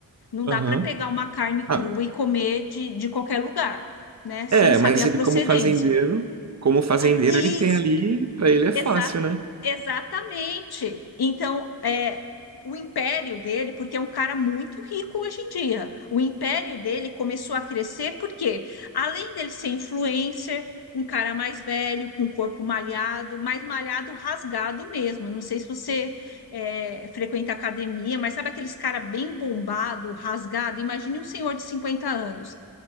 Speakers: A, on the left; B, on the right.
A: Não
B: Aham.
A: dá para pegar uma carne crua
B: Ah,
A: e comer de, de qualquer lugar, né? Sem
B: é,
A: saber
B: mas
A: a
B: ele
A: procedência.
B: como fazendeiro, como fazendeiro
A: Ah, E
B: ele tem ali, pra ele é fácil,
A: Exa
B: né?
A: exatamente. Então, é, o império dele, porque é um cara muito rico hoje em dia, o império dele começou a crescer porque, além dele ser influencer, um cara mais velho, com um corpo malhado, mais malhado, rasgado mesmo. Não sei se você é, frequenta academia, mas sabe aqueles cara bem bombado, rasgado? Imagine um senhor de 50 anos.